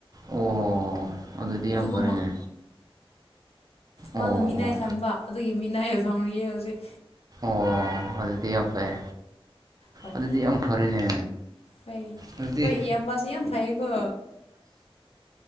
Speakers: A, on the right (about 40°); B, on the left (about 85°).
A: ꯑꯣ ꯑꯗꯨꯗꯤ
B: ꯑꯗꯨꯒ
A: ꯌꯥꯝ ꯐꯔꯦꯅꯦ
B: ꯃꯥꯅ
A: ꯑꯣ
B: ꯃꯤꯅꯥꯏ
A: ꯑꯣ
B: ꯊꯝꯕ ꯑꯗꯨꯒꯤ ꯃꯤꯅꯥꯏꯕ ꯐꯥꯎꯅ ꯌꯦꯡꯉꯖꯤꯛ
A: ꯑꯣ ꯑꯗꯨꯗꯤ ꯌꯥꯝ ꯐꯩ
B: ꯍꯣꯏ
A: ꯑꯗꯨꯗꯤ ꯌꯥꯝ ꯐꯔꯦꯅꯦ
B: ꯍꯣꯏ
A: ꯑꯗꯨꯗꯤ
B: ꯑꯩꯈꯣꯏ ꯏꯕꯁꯨ ꯌꯥꯝ ꯐꯩꯌꯦꯀꯣ